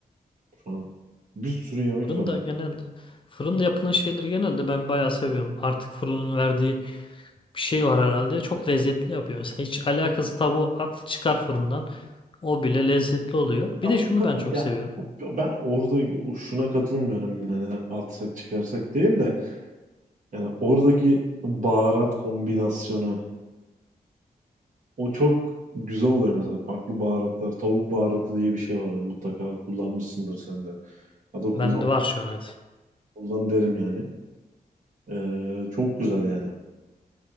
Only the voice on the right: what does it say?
Şu an bir sürü yemek
var
Ya
o kadar
ya
ben orada şuna katılmıyorum yani atsak çıkarsak değil de yani oradaki baharat kombinasyonu o çok güzel oluyor mesela farklı baharatlar tavuk baharatı diye bir şey var yani mutlaka kullanmışsındır sen de ya da kullan
kullan derim yani Ee, çok güzel yani